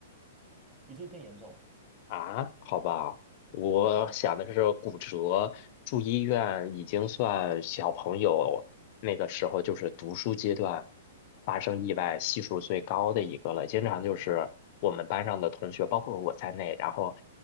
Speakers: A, on the right; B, on the left.
A: 比这个更严重。
B: 啊，好吧，我想的是骨折住医院已经算小朋友那个时候就是读书阶段
A: 对，
B: 发生意外系数最高的一个了，经常就是我们班上的同学，包括我在内，然后